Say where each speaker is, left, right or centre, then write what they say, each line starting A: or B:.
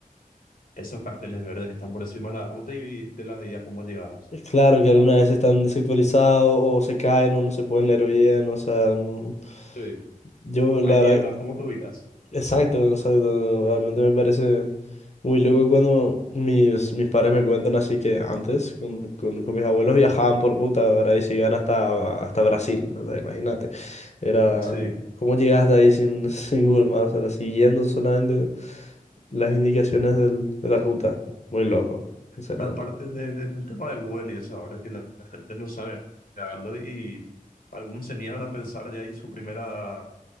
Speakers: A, on the left; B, on the left.
A: esos carteles verdes que están por encima de la ruta y te las veías cómo llegabas.
B: Es Claro que algunas veces están desactualizados o se caen o no se pueden leer bien, o sea, n-
A: Sí,
B: yo la
A: hay niebla,
B: verdad,
A: ¿cómo te ubicas?
B: exacto,
A: Sí,
B: exacto, realmente me parece muy loco cuando mis, mis padres me cuentan así que antes con, con- con mis abuelos viajaban por ruta, ¿verdad? Y se iban hasta, hasta Brasil, o sea, imagínate, era,
A: sí,
B: ¿cómo llegaste hasta ahí sin, <laughs> sin Google Maps? Era siguiendo solamente las indicaciones del- de la ruta, muy loco, sinceramente.
A: Una parte de- de- del tema de Google y eso, ahora que la gente no sabe ¿no? y algunos se niegan a pensar ya ahí su primera,